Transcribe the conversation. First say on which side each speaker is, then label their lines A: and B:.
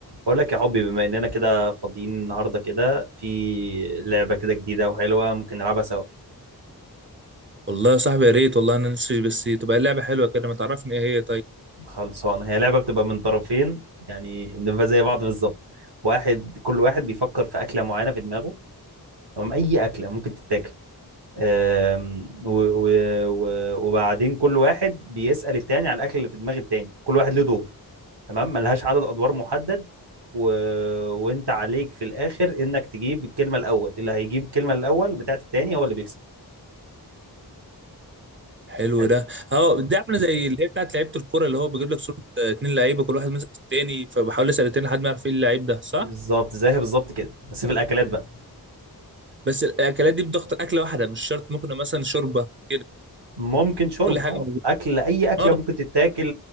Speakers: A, on the right; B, on the right.
A: بقول لك يا حبي بما اننا كده فاضيين النهارده كده في لعبه كده جديده وحلوه ممكن نلعبها سوا
B: والله يا صاحبي يا ريت والله انا نفسي بس تبقى اللعبه حلوه كده ما تعرفني ايه هي طيب
A: خلصانه هي لعبه بتبقى من طرفين يعني بنبقى زي بعض بالظبط واحد كل واحد بيفكر في اكله معينه في دماغه تمام اي اكله ممكن تتاكل أم، و- و- و- وبعدين كل واحد بيسال التاني على الاكل اللي في دماغ التاني كل واحد له دور تمام ملهاش عدد ادوار محدد و... وانت عليك في الاخر انك تجيب الكلمه الاول اللي هيجيب الكلمه الاول بتاعت التاني هو اللي بيكسب
B: حلو
A: كانت-
B: ده اه دي عامله زي اللي هي بتاعت لعيبه الكوره اللي هو بجيب لك صوره آه، اتنين لعيبه كل واحد ماسك التاني فبحاول اسال التاني لحد ما يعرف ايه اللعيب ده صح
A: بالظبط زيها بالظبط كده بس في الاكلات بقى
B: بس الاكلات دي بضغط اكله واحده مش شرط ممكن مثلا شوربه كده
A: ممكن شرب
B: كل حاجه
A: اه
B: موجوده
A: اكل اي اكله
B: اه
A: ممكن تتاكل